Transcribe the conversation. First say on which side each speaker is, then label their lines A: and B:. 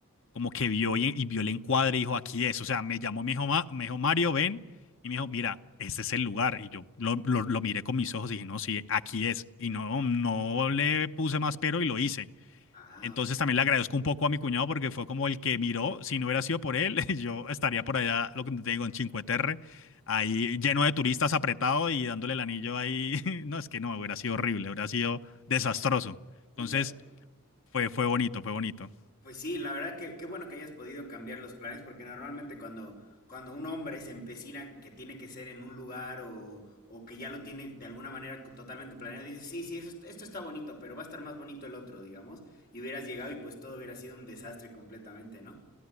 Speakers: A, on the left; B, on the left.
A: como que vio y, y vio el encuadre y dijo, aquí es. O sea, me llamó, me dijo, "Ma- me dijo, Mario, ven. Y me dijo, mira, este es el lugar. Y yo lo, lo, lo miré con mis ojos y dije, no, sí, aquí es. Y no, no le puse más pero y lo hice.
B: Ah,
A: Entonces
B: ok.
A: también le agradezco un poco a mi cuñado porque fue como el que miró. Si no hubiera sido por él, <laughs> yo estaría por allá, lo que te digo, en Cinque Terre, ahí lleno de turistas apretado y dándole el anillo ahí. <laughs> No, es que no, hubiera sido horrible, hubiera sido desastroso. Entonces
B: Pucha,
A: fue, fue bonito, fue bonito.
B: pues sí, la verdad que qué bueno que hayas podido cambiar los planes, porque normalmente cuando, cuando un hombre se empecina en que tiene que ser en un lugar o, o que ya lo tiene de alguna manera co- totalmente planeado, dice, sí, sí, eso est- esto está bonito, pero va a estar más bonito el otro, digamos, y hubieras llegado y pues todo hubiera sido un desastre completamente, ¿no?